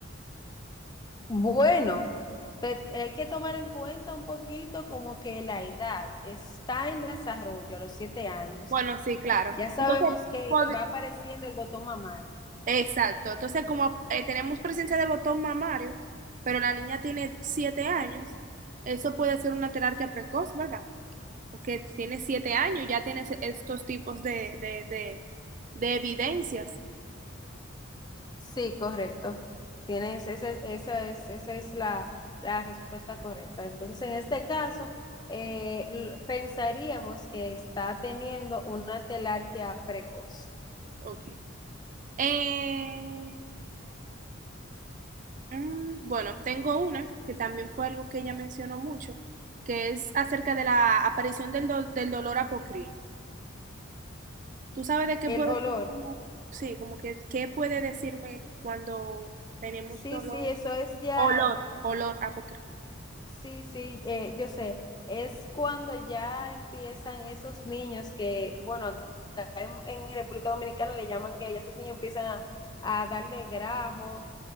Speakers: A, on the left; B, on the right.
A: Bueno, pues, hay que tomar en cuenta un poquito como que la edad está en desarrollo a los siete años.
B: Bueno, sí, claro.
A: Ya sabemos
B: Entonces,
A: que
B: pod-
A: va apareciendo el botón mamario.
B: exacto. Entonces, como eh, tenemos presencia de botón mamario, pero la niña tiene siete años, eso puede ser una terapia precoz, ¿verdad? Porque tiene siete años y ya tiene se- estos tipos de, de, de, de evidencias.
A: Sí, correcto. Tienes, ese, esa es, esa es la, la respuesta correcta. Entonces, en este caso, eh, l- pensaríamos que está teniendo una telarquía precoz.
B: Ok. Eh, mm, bueno, tengo una que también fue algo que ella mencionó mucho, que es acerca de la aparición del, do- del dolor apocrino. ¿Tú sabes de qué
A: El
B: puede
A: olor,
B: ser como, sí, como que, qué puede decirme cuando tenemos
A: sí,
B: dolor,
A: sí, eso es ya,
B: olor, olor a poquito?
A: sí, sí, eh, yo sé, es cuando ya empiezan esos niños que, bueno, acá en, en República Dominicana le llaman que ya esos niños empiezan a, a darle grajo